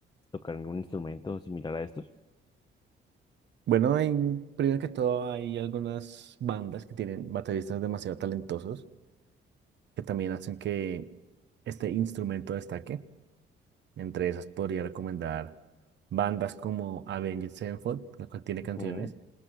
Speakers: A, on the left; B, on the right.
A: tocar algún instrumento similar a estos.
B: Bueno, hay- primero que todo hay algunas bandas que tienen bateristas demasiado talentosos que también hacen que este instrumento destaque. Entre esas podría recomendar bandas como Avenged Sevenfold, la cual tiene
A: Ujú,
B: canciones,